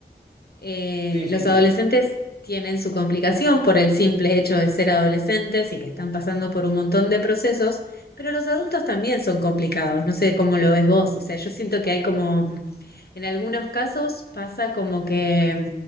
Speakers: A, on the left (about 65°); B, on the right (about 40°).
A: Eh,
B: sí, sí,
A: los
B: sí,
A: adolescentes tienen su complicación por el simple hecho de ser adolescentes y que están pasando por un montón de procesos, pero los adultos también son complicados. No sé cómo lo ves vos. O sea, yo siento que hay como, en algunos casos pasa como que